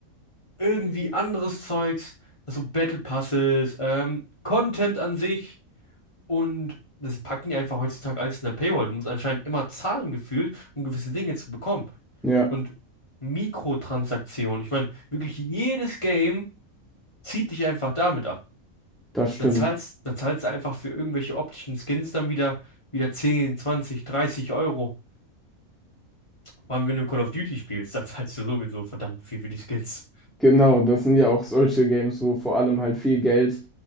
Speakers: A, on the left; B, in the centre.
A: irgendwie anderes Zeugs, also Battle Passes, ähm, Content an sich. Und das packen die einfach heutzutage alles in der Paywall. Du musst anscheinend immer zahlen gefühlt, um gewisse Dinge zu bekommen.
B: Ja,
A: Und Mikrotransaktionen, ich meine, wirklich jedes Game zieht dich einfach damit ab.
B: das stimmt.
A: Dann zahlst, dann zahlst du einfach für irgendwelche optischen Skins dann wieder, wieder 10, 20, 30 Euro. Vor allem, wenn du Call of Duty spielst, da zahlst du sowieso verdammt viel für die Skins.
B: Genau, das sind ja auch solche Games, wo vor allem halt viel Geld